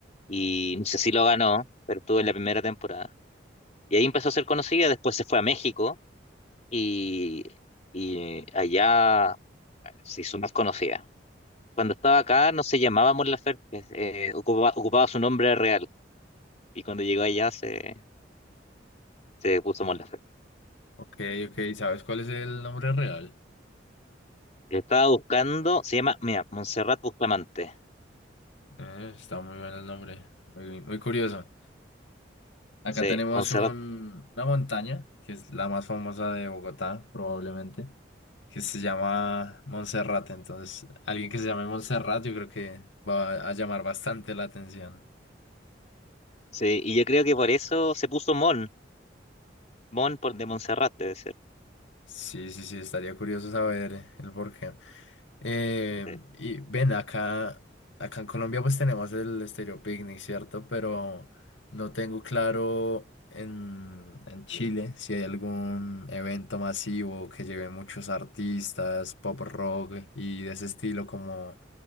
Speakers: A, on the left; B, on the left.
A: Y no sé si lo ganó, pero estuvo en la primera temporada. Y ahí empezó a ser conocida, después se fue a México y, y allá se hizo más conocida. Cuando estaba acá no se llamaba Mon Laferte, eh, ocupaba, ocupaba su nombre real y cuando llegó allá se, se puso Mon Laferte.
B: ok, ok. ¿Sabes cuál es el nombre real?
A: Estaba buscando, se llama, mira, Montserrat Bustamante.
B: Eh, está muy bueno el nombre. Muy, muy curioso. Acá
A: Sí,
B: tenemos
A: Montserrat.
B: un- una montaña, que es la más famosa de Bogotá, probablemente, que se llama Monserrate. Entonces, alguien que se llame Monserrate, yo creo que va a llamar bastante la atención.
A: Sí, y yo creo que por eso se puso Mon, Mon por de Montserrat, debe ser.
B: Sí, sí, sí, estaría curioso saber el porqué. Eh,
A: Sí,
B: y ven, acá, acá en Colombia pues tenemos el Estéreo Picnic, ¿cierto? Pero no tengo claro en, en Chile si hay algún evento masivo que lleve muchos artistas, pop rock y de ese estilo como,